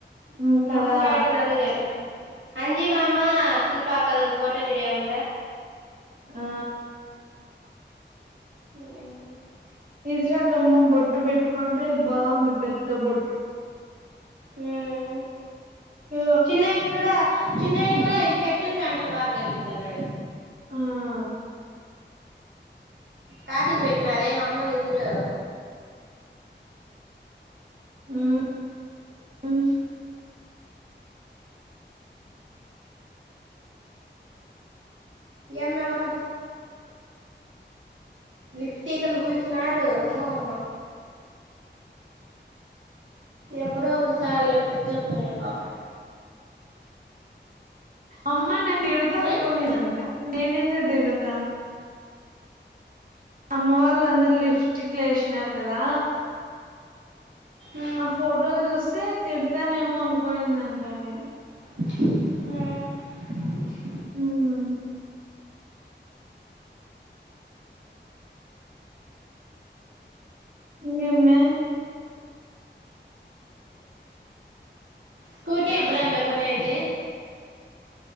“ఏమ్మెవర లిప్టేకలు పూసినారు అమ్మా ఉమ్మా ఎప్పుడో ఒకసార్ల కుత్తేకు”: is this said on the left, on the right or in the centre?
Right